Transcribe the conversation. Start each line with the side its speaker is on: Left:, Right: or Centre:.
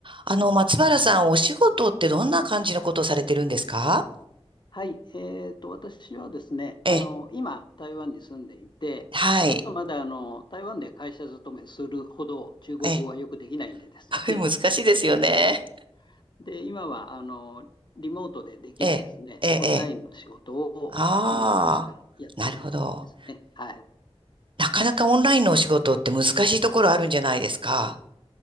Right: あの、松原さん、お仕事ってどんな感じのことをされてるんですか
Left: はい、えーと、私はですね、
Right: ええ、
Left: あの、今、台湾に住んでいて、
Right: はい。
Left: ちょっとまだあの台湾で会社勤めするほど中国語はよくできないんでですね、
Right: ええ、<laughs> 難しいですよね。
Left: で、で今はあのリモートでできるですね、
Right: ええ、ええ、
Left: オンラインの仕事をあのいくつかやっているって感じですね。
Right: ええ。ああ、なるほど。
Left: はい。
Right: なかなかオンラインのお仕事って難しいところあるんじゃないですか